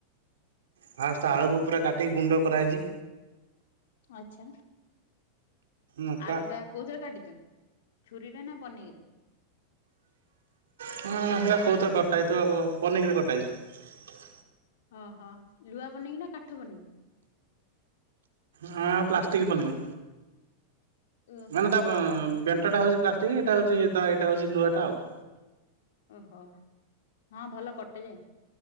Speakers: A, on the right; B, on the left.
A: ଫାଷ୍ଟ ଆଳୁକୁ ପୁରା କାଟିକି ଗୁଣ୍ଡ କରାଇଛି
B: ଆଛା
A: ଲଙ୍କା
B: ଆଳୁ ଟା କୋଉଥିରେ କାଟିଛ। ଛୁରୀରେ ନା ପନିକି ରେ।
A: ହଁ ସେଇଟା କେଉଁଥିରେ କଟାହେଇଥିବ ପନିକିରେ କଟା ହେଇଛି।
B: ଓହୋ ଲୁହା ପନିକି ନା କାଠ ପନିକି।
A: ହଁ ପ୍ଲାଷ୍ଟିକ ପନିକି
B: ଓହୋ
A: ମାନେ ତା ଉଁ ବେ ସେଇଟା ହଉଛି ପ୍ଲାଷ୍ଟିକ ଏଇଟା ହଉଛି ଏଇଟା ଏଇଟା ହଉଛି ଲୁହାଟା ଆଉ।
B: ଓହୋ। ହଁ ଭଲ କଟେ ଯେ